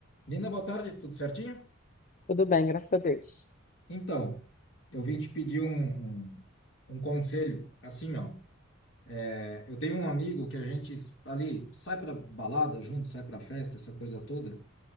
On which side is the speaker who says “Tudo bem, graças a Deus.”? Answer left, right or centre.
Left